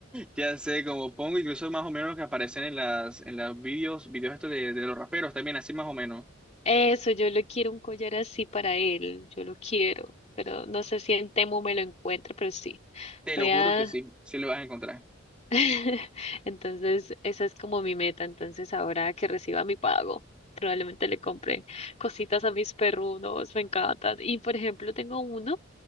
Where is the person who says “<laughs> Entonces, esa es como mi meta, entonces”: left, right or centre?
Left